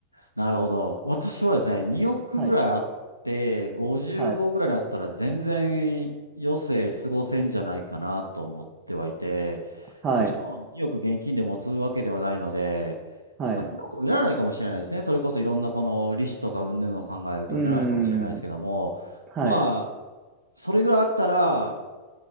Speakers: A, on the left; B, on the right.
A: なるほど。私はですね、2億ぐらいあって、
B: はい。
A: 55ぐらいになったら全然余生過ごせんじゃないかなと思ってはいて、
B: はい。はい。
A: もちろん2億現金で持つわけではないので、
B: はい。
A: まあ、2億いらないかもしれないですね。それこそいろんなこの利子とか云々を考えるといらないかもしれないですけども、
B: うーん。はい。
A: まあ、それぐらいあったら、